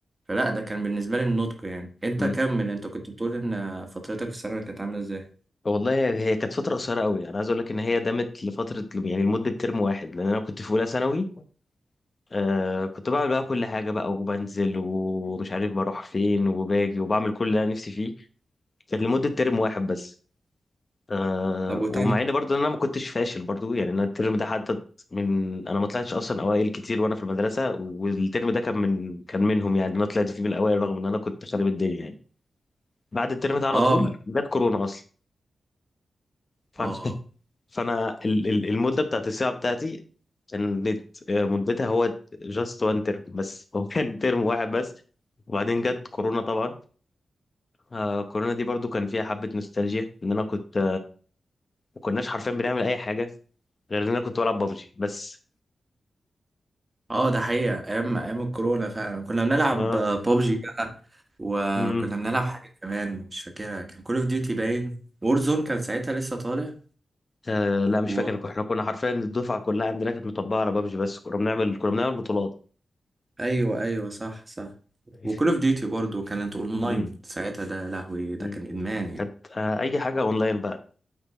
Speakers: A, on the right; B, on the left.
A: فلا ده كان بالنسبة لي النضج يعني انت
B: امم
A: كمل انت كنت بتقول ان فترتك في الثانوي كانت عاملة ازاي
B: والله هي هي كانت فترة قصيرة قوي انا عايز اقول لك ان هي دامت لفترة يعني لمدة ترم واحد لان انا كنت في اولى ثانوي آه كنت بعمل بقى كل حاجة بقى وبنزل ومش عارف بروح فين وباجي وبعمل كل اللي انا نفسي فيه كانت لمدة ترم واحد بس آه
A: طب وتانية
B: ومع ان برضه انا ما كنتش فاشل برضه يعني انا الترم ده حدد من انا ما طلعتش اصلا اوائل كتير وانا في المدرسه والترم ده كان من كان منهم يعني انا طلعت فيه من الاوائل رغم ان انا كنت خارب الدنيا يعني بعد الترم ده على
A: اه
B: طول جت كورونا اصلا فانا
A: اه
B: <laughs> فانا ال- ال- المده بتاعت الساعه بتاعتي كانت آه، مدتها هو جاست وان ترم بس <laughs> هو كان ترم واحد بس وبعدين جت كورونا طبعا آه كورونا دي برضو كان فيها حبه نوستالجيا ان انا كنت ما كناش حرفيا بنعمل اي حاجه غير ان انا كنت بلعب ببجي بس
A: اه ده حقيقة ايام ايام الكورونا فعلا كنا بنلعب
B: اه
A: بابجي بقى وكنا
B: امم
A: بنلعب حاجة كمان مش فاكرها كان كول اوف ديوتي باين وورزون كان ساعتها لسه طالع
B: آه لا مش
A: و...
B: فاكر احنا كنا حرفيا الدفعه كلها عندنا كانت مطبقه على بابجي بس كنا بنعمل كنا بنعمل بطولات
A: ايوه ايوه صح صح
B: <laughs>
A: وكول اوف ديوتي برضه كانت اونلاين
B: مم.
A: ساعتها ده يا لهوي ده
B: مم.
A: كان ادمان يعني
B: كانت آه اي حاجه اونلاين بقى